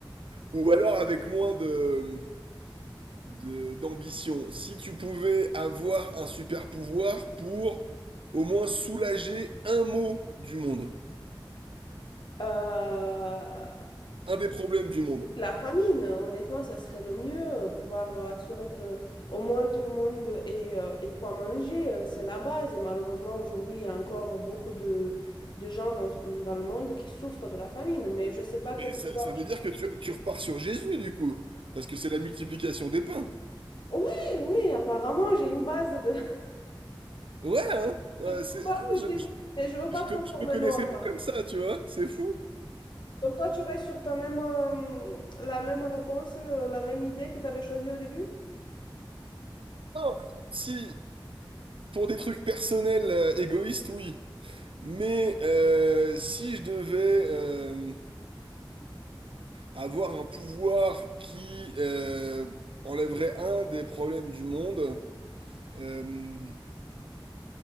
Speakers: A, on the right; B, on the left.
A: ou alors avec moins de, de- d'ambition. Si tu pouvais avoir un super pouvoir pour au moins soulager un mot du monde,
B: Euh,
A: un des problèmes du monde.
B: La famine, honnêtement, ça serait le mieux, euh, pouvoir euh, assurer que au moins tout le monde ait, euh, ait quoi manger, euh, c'est la base. Et malheureusement, aujourd'hui, il y a encore beaucoup de, de gens dans, dans le monde qui souffrent de la famine, mais je ne sais pas quel
A: Mais ça,
B: pouvoir.
A: ça veut dire que tu, tu repars sur Jésus, du coup, parce que c'est la multiplication des pains.
B: Oui, oui, apparemment, j'ai une base de, <laughs>
A: Ouais, hein? Ouais,
B: de
A: c'est,
B: pouvoir
A: ah,
B: de Jésus,
A: je, je,
B: mais je ne veux pas
A: je
B: transformer
A: te, je te connaissais
B: l'ombre.
A: pas comme ça, tu vois, c'est fou.
B: Donc toi, tu restes sur ta même, euh, la même réponse, euh, la même idée que tu avais choisie au début?
A: Non, si, pour des trucs personnels, euh, égoïstes, oui. Mais euh, si je devais euh, avoir un pouvoir qui euh, enlèverait un des problèmes du monde, euh,